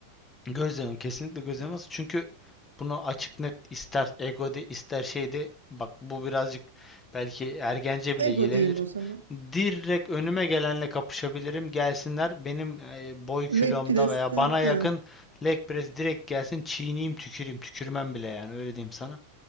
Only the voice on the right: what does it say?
Ego
diyeyim o zaman.
Leg press'te.
Ha.